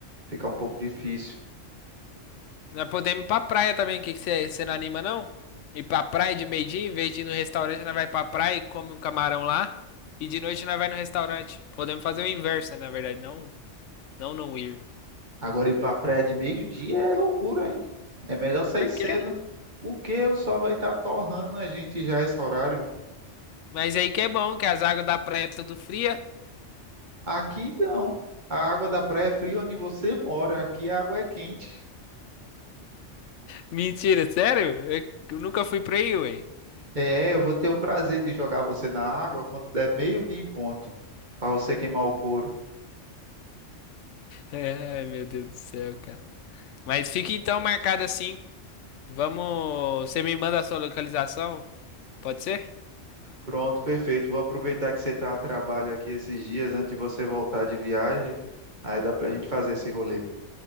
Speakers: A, on the right (about 40°); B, on the left (about 75°).
A: Fica um pouco
B: Uhum.
A: difícil.
B: Nós podemos ir pra praia também, que você você não anima, não? Ir pra praia de meio-dia, em vez de ir no restaurante, nós vai pra praia e come um camarão lá. E de noite nós vai no restaurante. Podemos fazer o inverso, né, na verdade, não, não não ir.
A: Agora ir para a praia de meio-dia é loucura, hein? É melhor sair
B: Por
A: cedo.
B: quê?
A: O que o sol vai estar torrando a gente já esse horário?
B: Mas aí que é bom, que as águas da praia é tudo fria.
A: Aqui não. A água da praia é fria onde você mora. Aqui a água é quente.
B: Mentira, sério? Eu eu nunca fui pra aí, ué.
A: É, eu vou ter o prazer de jogar você na água quando der meio-dia em ponto, para você queimar o couro.
B: É, Ai, meu Deus do céu, cara. Mas fica então marcado assim. Vamos. Você me manda a sua localização? Pode ser?
A: Pronto, perfeito. Vou aproveitar que você está a trabalho aqui esses dias antes de você voltar de viagem. Aí dá para a gente fazer esse rolê.